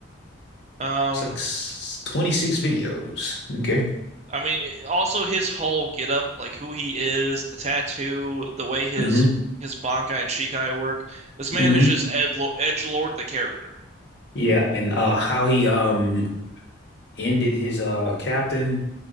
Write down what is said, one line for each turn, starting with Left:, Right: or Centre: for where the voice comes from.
Right: Um,
Left: It's like s- 26 videos. Okay.
Right: I mean, also his whole getup, like who he is, the tattoo, the way his
Left: hmm
Right: his Bankai and Shikai work. This man
Left: hmm
Right: is just Ed edgelord the character.
Left: Yeah, and uh, how he um ended his uh captain